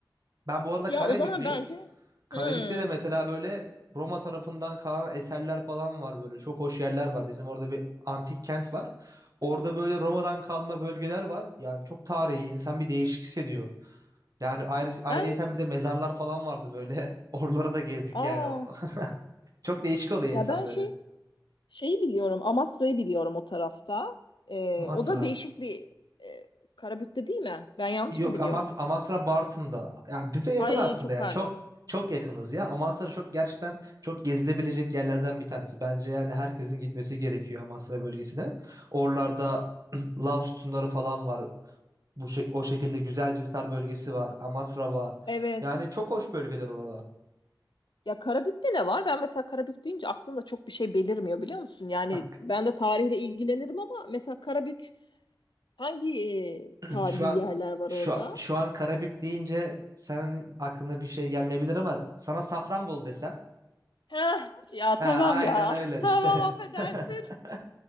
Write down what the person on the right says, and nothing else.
Ben bu arada
Karabüklüyüm.
Karabük'te
de mesela böyle Roma tarafından kalan eserler falan var böyle. Çok hoş yerler var. Bizim orada bir antik kent var. Orada böyle Roma'dan kalma bölgeler var. Yani çok tarihi insan bir değişik hissediyor. Yani ayrı, ayrıyeten
bir de mezarlar falan vardı böyle. <laughs> Oralara da gezdik yani.
<laughs> Çok değişik oluyor
insan
böyle.
Ama
asra.
Yok
Amas Amasra Bartın'da. Yani bize yakın
aslında
yani
çok çok yakınız ya. Amasra çok gerçekten çok gezilebilecek yerlerden bir tanesi. Bence yani herkesin gitmesi gerekiyor Amasra bölgesine. Oralarda <clears throat> lav sütunları falan var. Bu şey, o şekilde Güzelcisar bölgesi var. Amasra var.
Yani çok hoş bölgeler oralar.
Bak
<clears throat>
şu
an
şu
an, şu an Karabük deyince senin aklına bir şey gelmeyebilir ama sana Safranbolu desem.
Ha,
aynen
öyle
işte.
<laughs>